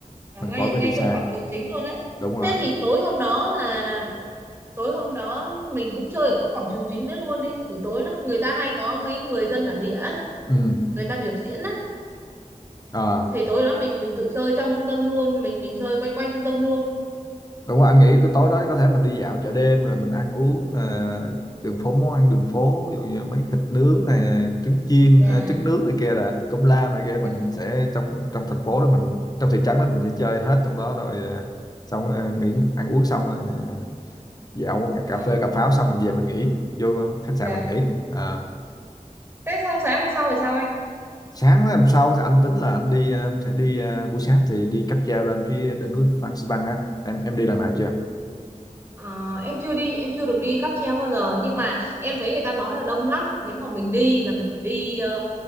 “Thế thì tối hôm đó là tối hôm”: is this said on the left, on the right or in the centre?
Right